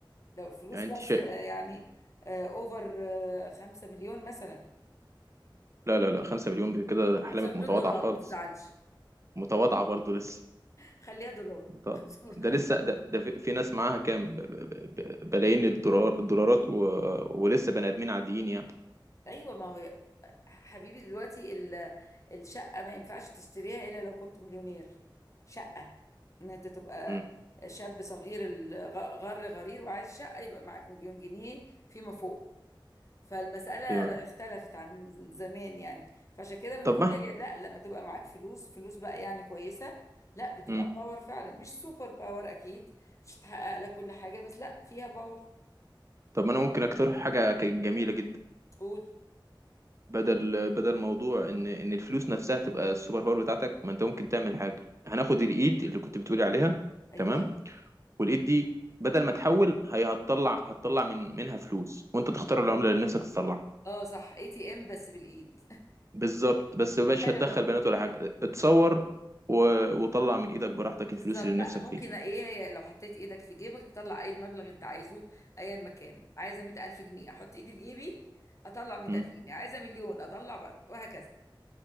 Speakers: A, on the left; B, on the right.
A: لو الفلوس
B: يعني انت
A: بس
B: شيء
A: آه، يعني اوفر خمسة مليون مثلا
B: لا لا لا 5 مليون كده احلامك
A: خمسة مليون
B: متواضعه
A: دولار
B: خالص
A: ما تزعلش
B: متواضعه برضو لسه.
A: <laughs> خليها دولار <laughs>
B: طب
A: خمسة مليون
B: ده لسه
A: دولار
B: ده, ده في في ناس معاها كام ب- ب- ب- بلايين الدولار الدولارات و... ولسه بني ادمين عاديين يعني
A: ايوه ما هو ي- حبيبي دلوقتي ال- الشقة ما ينفعش تشتريها الا لو كنت مليونير شقة ان انت تبقى
B: امم
A: شاب صغير الغ- غر غرير وعايز شقة يبقى معاك مليون جنيه فيما فوق فالمسألة
B: فيما-
A: اختلفت عن زمان يعني فعشان كده بنقول
B: طب ما
A: هي لا لما تبقى معاك فلوس فلوس بقى يعني كويسة لا بتبقى
B: امم
A: باور فعلا مش سوبر باور أكيد مش هتحقق لك كل حاجة بس لا فيها باور
B: طب ما انا ممكن اقترح حاجه كانت جميله جدا
A: تقول
B: بدل بدل موضوع ان ان الفلوس نفسها تبقى السوبر باور بتاعتك ما انت ممكن تعمل حاجه هناخد الايد اللي كنت بتقولي عليها
A: أيوه
B: تمام والايد دي بدل ما تحول هي هتطلع هتطلع من منها فلوس وانت تختار العمله اللي نفسك تطلعها
A: اه صح اي تي ام بس بالإيد
B: بالظبط بس
A: <laughs>
B: مش
A: حلوة
B: هتدخل
A: دي
B: بنات ولا حاجه اتصور و... وطلع من ايدك براحتك
A: بالظبط
B: الفلوس اللي
A: لا
B: نفسك
A: ممكن
B: فيها
A: ايه هي لو حطيت ايدك في جيبك تطلع اي مبلغ انت عايزه ايا مكان عايزه 100000 جنيه احط ايدي في جيبي اطلع 100000
B: مم.
A: جنيه عايزه مليون اطلع بقى وهكذا